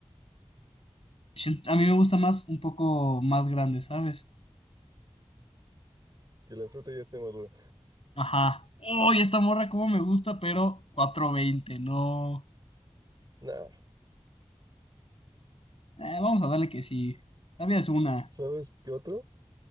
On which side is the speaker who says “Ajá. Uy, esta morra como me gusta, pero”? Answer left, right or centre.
Left